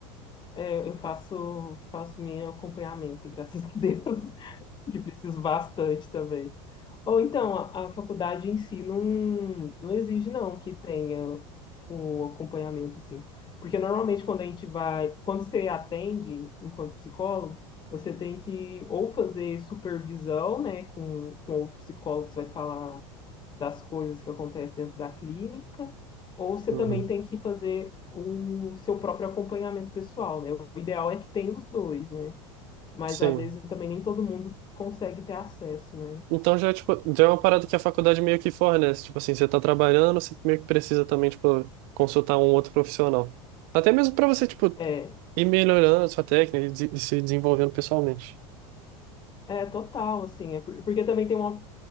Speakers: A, on the left; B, on the right.
A: É, eu faço faço meu acompanhamento, <laughs> graças a Deus, <laughs> que preciso bastante também. Ou então, a, a faculdade em si não, não exige não que tenha o acompanhamento assim, porque normalmente quando a gente vai, quando você atende enquanto psicólogo, você tem que ou fazer supervisão, né, com, com outro psicólogo que você vai falar das coisas que acontecem dentro da clínica, ou você
B: Uhum.
A: também tem que fazer o seu próprio acompanhamento pessoal, né? O ideal é que tenha os dois, né? Mas
B: Sim.
A: às vezes também nem todo mundo consegue ter acesso, né?
B: Então já, tipo, já é uma parada que a faculdade meio que fornece. Tipo assim, você tá trabalhando, você meio que precisa também, tipo, consultar um outro profissional. Até mesmo para você, tipo,
A: É,
B: ir melhorando a sua técnica e de- e se desenvolvendo pessoalmente.
A: é total, assim, é por- porque também tem uma